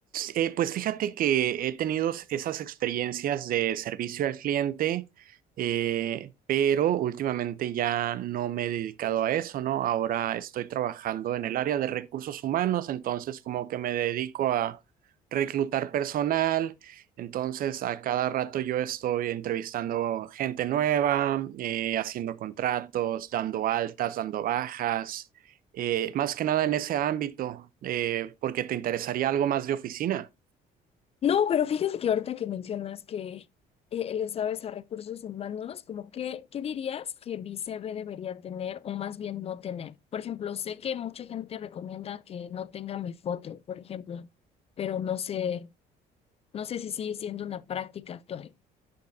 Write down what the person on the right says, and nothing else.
Eh, pues fíjate que he tenido esas experiencias de servicio al cliente, eh, pero últimamente ya no me he dedicado a eso, ¿no? Ahora estoy trabajando en el área de recursos humanos, entonces como que me dedico a reclutar personal, entonces a cada rato yo estoy entrevistando gente nueva, eh, haciendo contratos, dando altas, dando bajas eh, más que nada en ese ámbito, eh, porque te interesaría algo más de oficina.